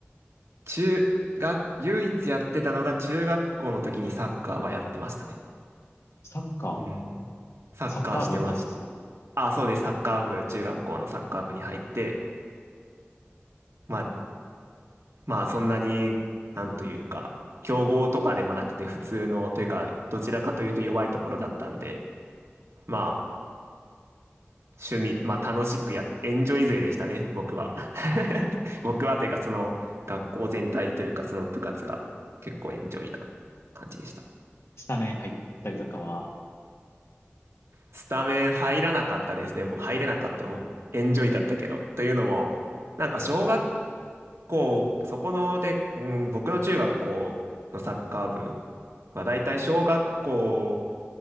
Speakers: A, on the right; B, on the left.
A: 中学、唯一やってたのが中学校の時にサッカーはやってましたね。
B: サッカー、
A: うん。サッカーしてました。
B: サッカー部ってことですか
A: あ、そうです。サッカー部、中学校のサッカー部に入って、まあ、まあそんなに、なんというか、強豪とかでもなくて普通の、というか、どちらかというと弱いところだったんで、まあ、趣味、まあ楽しくやっ、エンジョイ勢でしたね、僕は。<laughs> 僕はというか、その学校全体というか、その部活が結構エンジョイな感じでした。
B: スタメン入ったりとかは、
A: スタメン入らなかったですね。ぼ入れなかった、僕エンジョイだったけど。というのも、なんか小学、構、そこので、うん、僕の中学校のサッカー部、まあ大体小学校